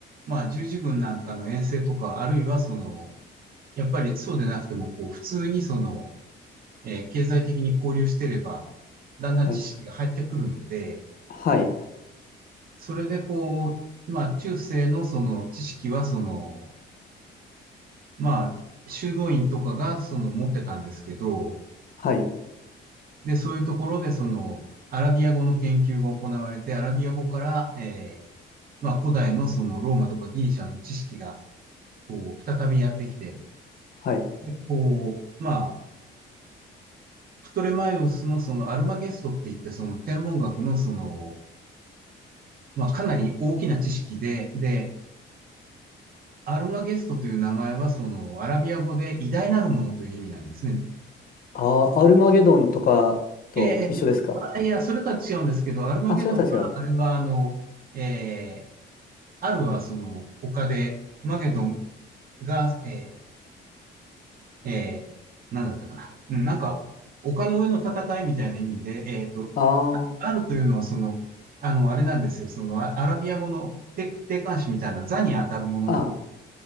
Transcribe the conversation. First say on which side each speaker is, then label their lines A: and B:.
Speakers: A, on the right (about 50°); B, on the left (about 45°).
A: まあ、十字軍なんかの遠征とか、あるいはその、やっぱりそうでなくても、こう、普通にその、えー経済的に交流してれば、だんだん知識が入ってくるので、
B: はい。はい。
A: それでこう、まあ中世のその知識はその、まあ修道院とかがその持ってたんですけど、
B: はい。
A: で、そういうところでそのアラビア語の研究が行われて、アラビア語から、えーまあ古代のそのローマとかギリシャの知識がこう再びやってきて、
B: はい。
A: でこう、まあ、プトレマイオスのそのアルマゲストって言ってその天文学のその、まあかなり大きな知識で、で、アルマゲストという名前は、その、アラビア語で偉大なるものという意味なんですね。
B: ああ、アルマゲドンとかと一緒ですか
A: えー、いや、それとは違うんですけど、アルマゲドンは、
B: あ、それたちは。
A: あれは、あの、えー、アルはその、丘で、マゲドンが、えー、えー、なんだったかな。うん、なんか、丘の上の戦いみたいな意味で、えっと、
B: ああ。
A: アルというのは、その、あの、あれなんですよ、その、アラビア語の定定冠詞みたいな座に当たるものなの。
B: ああ。